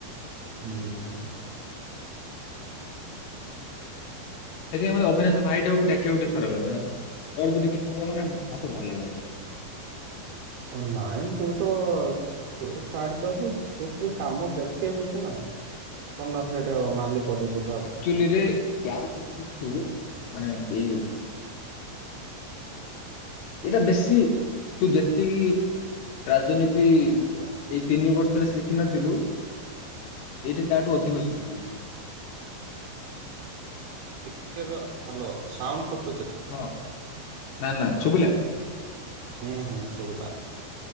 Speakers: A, on the right; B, on the left.
A: ଉଁ
B: ସେଥିପାଇଁ ମୋତେ ଅବିନାଶର ଭାଇଟାକୁ ବି ଡାକିବାକୁ ଟିକେ ଖରାପ ଲାଗଁ ପରେ ଯଦି କିଛି ହବ ମାନେ ମତ ଭଲ ଲାଗିବ
A: ଅ ନାଇଁ ତୁ ତ ତୁ ଛାଡ଼ି ଦବୁ ତୁ ଖାଲି କାମ ଦେଖେଇବୁ ସନା କଣ ନା ସେଇଠୁ ମାଲିକ ଯେ ବୁଝ।
B: ଚୁଲିରେ ଗ୍ୟାସ୍ ଅଫିସ ଠୁ ମାନେ ଏଇ ଏଇଟା ବେଶୀ ତୁ ଯେତିକି ରାଜନୀତି
A: ଅଲ
B: ଏଇ ତିନି ବର୍ଷରେ ଶିଖିନଥିଲୁ ଏଇଠେ ତାଠୁ ଅଧିକ ଶିଖିବୁ।
A: ଟିକେ ରହ ହାଲୋ ସାଉଣ୍ଡ କ
B: ହଁ ନାଁ ନାଁ ଶୁବିଲା?
A: ହୁଁ ହୁଁ ଶୁଭିଲ।